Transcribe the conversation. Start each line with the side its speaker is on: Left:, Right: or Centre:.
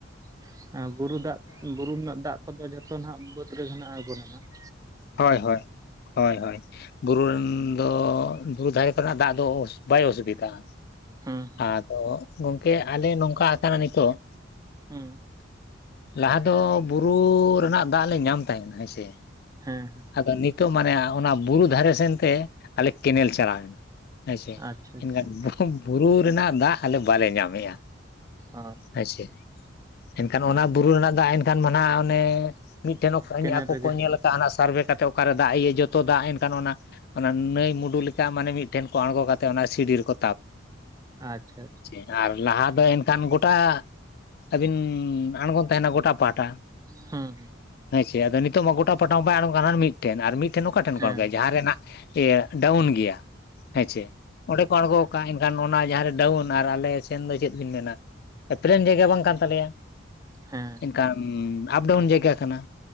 Right: ᱾ ᱵᱩᱨᱩ ᱫᱟᱜ ᱵᱩᱨᱩ ᱨᱮᱱᱟᱜ ᱫᱟᱜ ᱠᱚᱫᱚ ᱡᱚᱛᱚ ᱱᱟᱜ ᱵᱟᱹᱫᱽ ᱨᱮᱜᱮ ᱱᱟᱜᱼᱟ ᱟᱬᱜᱳ ᱱᱟᱦᱟᱜ ᱾
Left: ᱦᱳᱭ ᱦᱳᱭ ᱦᱚᱭ ᱦᱚᱭ ᱵᱩᱨᱩ ᱨᱮᱱ ᱫᱚ ᱵᱩᱨᱩ ᱫᱷᱟᱨᱮ ᱠᱚᱨᱮᱱᱟᱜ ᱫᱟᱜ ᱫᱚ ᱵᱟᱭ ᱚᱥᱩᱵᱤᱫᱟᱜᱼᱟ
Right: ᱦᱩᱸ ᱦᱩᱸ
Left: ᱟᱫᱚ ᱜᱚᱝᱠᱮ ᱟᱞᱮ ᱱᱚᱝᱠᱟ ᱟᱠᱟᱱᱟ ᱱᱤᱛᱚᱜ
Right: ᱦᱩᱸ
Left: ᱞᱟᱦᱟ ᱫᱚ ᱵᱩᱨᱩ ᱨᱮᱱᱟᱜ ᱫᱟᱜ ᱞᱮ ᱧᱟᱢ ᱛᱟᱦᱮᱱᱟ ᱦᱮᱸᱥᱮ
Right: ᱦᱮᱸ ᱾
Left: ᱟᱫᱚ ᱱᱤᱛᱚᱜ ᱢᱟᱱᱮ ᱚᱱᱟ ᱵᱩᱨᱩ ᱫᱷᱟᱨᱮ ᱥᱮᱱ ᱛᱮ ᱟᱞᱮ ᱠᱮᱱᱮᱞ ᱪᱟᱞᱟᱣᱱᱟ᱾ ᱦᱮᱸᱥᱮ
Right: ᱟᱪᱪᱷᱟ ᱟᱪᱪᱷᱟ
Left: ᱮᱱᱠᱷᱟᱱ ᱵᱩᱨᱩ ᱨᱮᱱᱟᱜ ᱫᱟᱜ ᱟᱞᱮ ᱵᱟᱞᱮ ᱧᱟᱢᱮ-ᱟ᱾
Right: ᱚ
Left: <unintelligible> ᱮᱱᱠᱷᱟᱱ
Right: ᱦᱮᱸ
Left: ᱚᱱᱟ ᱵᱩᱨᱩ ᱨᱮᱱᱟᱜ ᱫᱟᱜ ᱮᱱᱠᱷᱟᱱ ᱢᱟ ᱱᱟᱜ ᱚᱱᱮ ᱢᱤᱫᱴᱮᱱ ᱚ
Right: ᱠᱮᱱᱮᱞ
Left: ᱟᱠᱚ
Right: ᱨᱮᱜᱮ
Left: ᱠᱚ ᱧᱮᱞᱟ ᱚᱱᱟ ᱥᱟᱨᱵᱷᱮ ᱠᱟᱛᱮᱫ ᱚᱠᱟᱨᱮ ᱫᱟᱜ ᱤᱭᱟᱹ ᱡᱚᱛᱚ ᱫᱟᱜ ᱮᱱᱠᱷᱟᱱ ᱚᱱᱟ ᱚᱱᱟ ᱱᱟᱹᱭ ᱢᱩᱰᱩ ᱞᱮᱠᱟ ᱢᱟᱱᱮ ᱢᱤᱫᱴᱷᱮᱱ ᱠᱚ ᱟᱬᱜᱚ ᱠᱟᱛᱮᱜ ᱚᱱᱟ ᱥᱤᱰᱤ ᱨᱮᱠᱚ
Right: ᱟᱪᱪᱷᱟ ᱟᱪᱪᱷᱟ
Left: <inaudible> ᱟᱨ ᱞᱟᱦᱟ ᱫᱚ ᱮᱱᱠᱷᱟᱱ ᱜᱚᱴᱟ ᱟᱹᱵᱤᱱ ᱟᱬᱜᱚᱱ ᱛᱟᱦᱮᱱᱟ ᱜᱚᱴᱟ ᱯᱟᱦᱟᱴᱟ
Right: ᱦᱩᱸ
Left: ᱦᱮᱸ ᱪᱮ ᱟᱫᱚ ᱱᱤᱛᱚᱜ ᱢᱟ ᱜᱚᱴᱟ ᱯᱟᱦᱟᱴᱟ ᱢᱟ ᱵᱟᱭ ᱟᱬᱜ ᱟᱨ ᱢᱤᱫᱴᱷᱮᱱ ᱟᱨ ᱢᱤᱫᱴᱷᱮᱱ ᱚᱠᱟ ᱴᱷᱮᱱ
Right: ᱦᱩᱸ ᱦᱮᱸ
Left: ᱠᱷᱚᱱ ᱡᱟᱦᱟᱸ ᱨᱮᱱᱟᱜ ᱤᱭᱟᱹ ᱰᱟᱣᱩᱱ ᱜᱮᱭᱟ ᱦᱮᱸ ᱪᱮ᱾ ᱚᱸᱰᱮ ᱠᱚ ᱟᱬᱜᱚ ᱠᱟᱱ ᱮᱱᱠᱷᱟᱱ ᱚᱱᱟ ᱡᱟᱦᱟᱸᱨᱮ ᱰᱟᱣᱩᱱ ᱟᱨ ᱟᱞᱮ ᱥᱮᱱ ᱫᱚ ᱪᱮᱫ ᱵᱤᱱ ᱢᱮᱱᱟ᱾ ᱯᱞᱮᱱ ᱡᱟᱭᱜᱟ ᱵᱟᱝ ᱠᱟᱱ ᱛᱟᱞᱮᱭᱟ᱾
Right: ᱦᱮᱸ
Left: ᱮᱱᱠᱷᱟᱱ ᱟᱯᱰᱟᱣᱩᱱ ᱡᱟᱭᱜᱟ ᱠᱟᱱᱟ